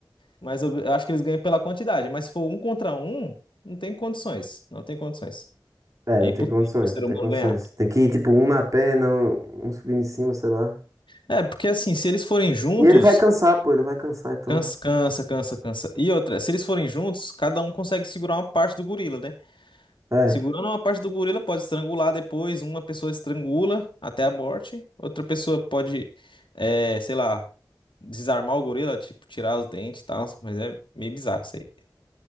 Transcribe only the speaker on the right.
É,
não
tem condições,
não tem
condições.
Tem que ir, tipo, um na perna, um um subindo em cima, sei lá.
E ele vai cansar, pô, ele vai cansar, então.
É,